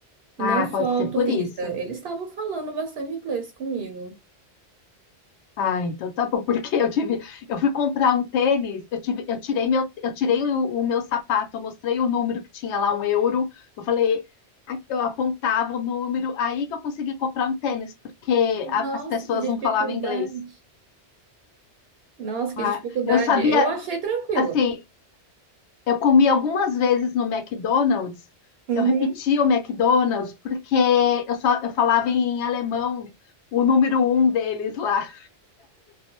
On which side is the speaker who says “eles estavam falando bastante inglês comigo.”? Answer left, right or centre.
Right